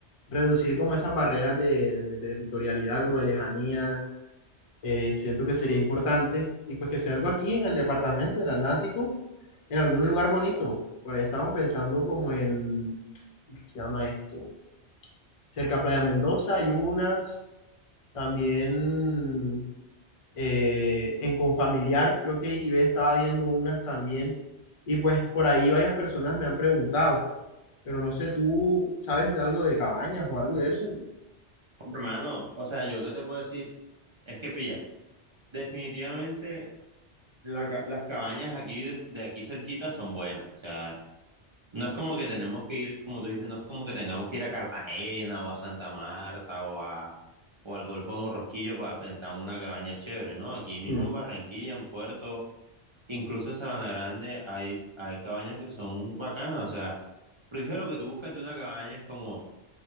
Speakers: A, on the left (about 40°); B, on the right (about 45°).
A: reducir como esas barreras de, de territorialidad, como de lejanía eh, siento que sería importante y pues que sea algo aquí en el departamento del Atlántico, en algún lugar bonito. Por ahí estamos pensando como en, ¿qué se llama esto? Cerca a Playa Mendoza hay unas, también eh, en Confamiliar creo que Ibe estaba viendo unas también y pues por ahí varias personas me han preguntado, pero no sé, ¿tú sabes de algo de cabañas o algo de eso?
B: Hermano, o sea, yo qué te puedo decir, es que pilla, definitivamente la ca- las cabañas aquí de, de aquí cerquita son buenas, o sea, no es como que tenemos que ir, como tú dices, no es como que tengamos que ir a Cartagena o a Santa Marta o a, o al Golfo de Morrosquillo para pensar en una cabaña chévere, ¿no? Aquí mismo
A: Hmm,
B: en Barranquilla, en Puerto Incluso en Sabana Grande hay, hay cabañas que son bacanas, o sea, porque es que lo que tú buscas de una cabaña es como